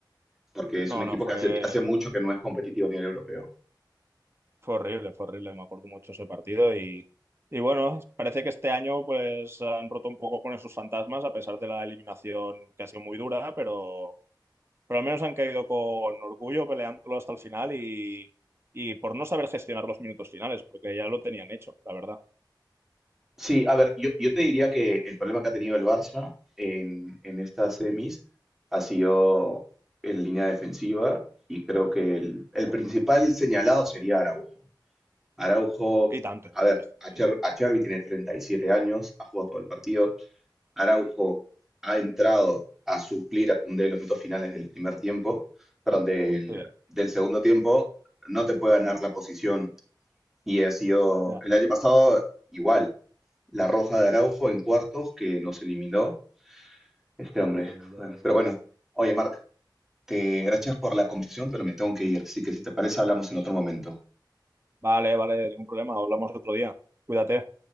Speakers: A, in the centre; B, on the right.
A: porque
B: No,
A: es un equipo
B: no, fue,
A: que hace, hace mucho que no es competitivo a nivel europeo.
B: fue horrible, fue horrible. Me acuerdo mucho ese partido y, y bueno, parece que este año pues han roto un poco con esos fantasmas a pesar de la eliminación que ha sido muy dura, pero, pero al menos han caído con orgullo peleándolo hasta el final y, y por no saber gestionar los minutos finales, porque ya lo tenían hecho, la verdad.
A: Sí, a ver, yo, yo te diría que el problema que ha tenido el Barça en, en estas semis ha sido en línea defensiva y creo que el, el
B: Claro.
A: principal señalado sería Araujo. Araujo,
B: Y tanto. eh.
A: a ver, Acher-
B: Sí,
A: Acherbi tiene 37 años, ha jugado todo el partido, Araujo ha entrado a suplir a Koundé en los minutos finales del primer tiempo, perdón, del,
B: sí,
A: del segundo tiempo, no te puede ganar la posición. Y ha sido
B: ya.
A: el año pasado igual, la roja de Araujo en cuartos que nos eliminó este
B: Sí,
A: hombre.
B: sí, ya,
A: Bueno,
B: ya.
A: pero bueno, oye, Marc, te gracias por la conversación, pero me tengo que ir. Así que si te parece, hablamos en otro momento.
B: Vale, vale, ningún problema. Hablamos otro día. Cuídate.